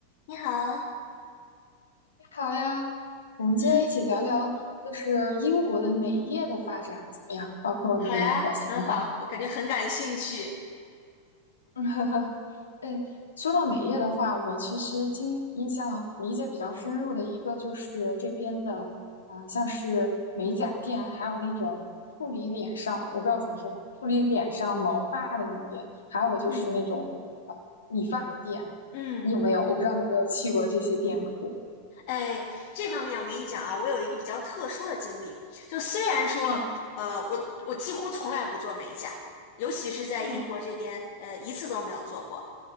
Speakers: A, on the left (about 45°); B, on the left (about 70°).
A: 你好，
B: 你好呀，我们今天一起聊聊，
A: 嗯，
B: 就是英国的美业的发展怎么样，包括你的想法。
A: 好呀，很好，我感觉很感兴趣。
B: 嗯，<laughs> 哎，说到美业的话，我其实经印象理解比较深入的一个就是这边的啊、像是美甲店，还有那种处理脸上，我不知道怎么说，处理脸上毛发的那种店，还有就是那种呃理发店。
A: 嗯嗯，
B: 你有没有？我不知道你有没有去过这些店铺。
A: 哎，这方面我跟你讲啊，我有一个比较特殊的经历，就虽然说，
B: 嗯
A: 呃，我我几乎从来不做美甲，尤其是在英国这边，
B: 嗯
A: 呃，一次都没有做过。